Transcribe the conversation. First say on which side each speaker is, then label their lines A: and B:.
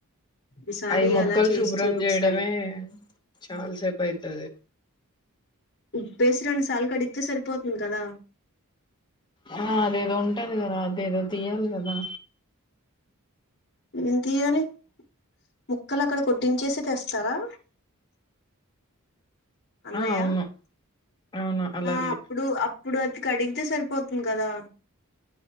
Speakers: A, on the left; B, on the left.
A: ఈసారి
B: అయ్ ముక్కల్
A: అలా చేసి
B: శుభ్రం
A: చూడు
B: చేయడమే
A: ఒకసారి
B: చాన సేపయతది
A: ఉప్పేసి రెండు సార్లు కడిగితే సరిపోతుంది కదా
B: ఆహా అదేదో ఉంటది గదా అదేదో తీయాలి కదా
A: ఏం తీయాలి ముక్కల్ అక్కడ కొట్టించేసి తెస్తారా అన్నయ్య
B: ఆ అవును అవును అలాగే
A: ఆ అప్పుడు అప్పుడు అది కడిగితే సరిపోతుంది కదా